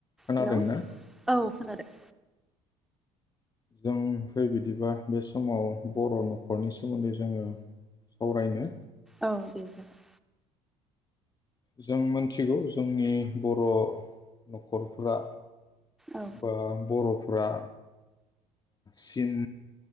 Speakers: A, on the left; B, in the centre.
A: खोनादोंना
B: हेल' औ खोनादों
A: जों फै बिदिबा बे समाव बर' न'खरनि सोमोन्दै जोङो सावरायनो।
B: औ दे जाबाय
A: जों मिथिगौ जोंनि बर' न'खरफ्रा
B: औ
A: बा बरफ ्रा चिन